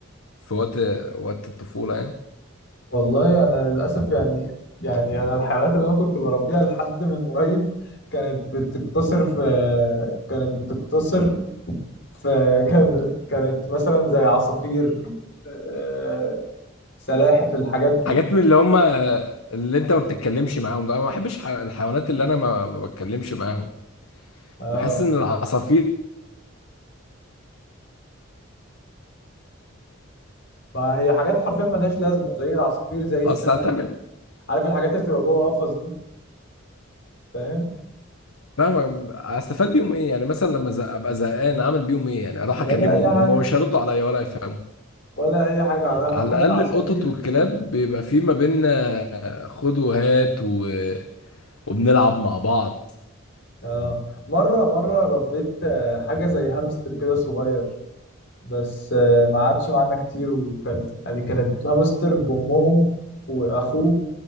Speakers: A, on the left; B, on the left.
A: في وقت وقت الطفولة يعني
B: والله انا للاسف يعني يعني انا الحيوانات اللي انا كنت بربيها لحد من قريب كانت بتقتصر في كانت بتقتصر في <laughs> كان- كانت مثلا زي عصافير آه، سلاحف الحاجات دي
A: حاجات من اللي هم آه، اللي انت ما بتتكلمش معاهم ده انا ما بحبش ح- الحيوانات اللي انا ما, ما بتكلمش معاهم
B: اه
A: بحس ان العصافير
B: ما هي حاجات حرفيا ملهاش لازمه زي العصافير زي السمك
A: اصل هتعمل
B: عارف الحاجات اللي بتبقى جوه قفص دي فاهم
A: فاهم استفاد بيهم ايه يعني مثلا لما زق- ابقى زهقان اعمل بيهم ايه يعني اروح
B: ولا
A: اكلمهم
B: اي حاجه
A: هم مش هيردوا عليا ولا يفهموا
B: ولا اي حاجه عمال-
A: على
B: حرفيا
A: الاقل
B: انا عصافير
A: القطط والكلاب بيبقى في ما بيننا خد وهات و... وبنلعب مع بعض
B: آه. مره مره ربيت آه، حاجه زي هامستر كده صغير بس آه، ما قعدش معانا كتير وكان يعني كانت هامستر بامهم واخوه